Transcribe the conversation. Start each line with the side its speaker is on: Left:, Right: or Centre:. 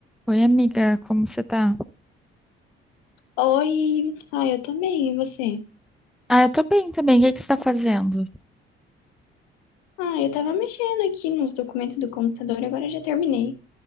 Centre: Oi, amiga, como você tá?
Left: Oi, ah, eu tô bem, e você?
Centre: Ah, eu tô bem também. O que que você tá fazendo?
Left: Ah, eu tava mexendo aqui nos documentos do computador, agora já terminei.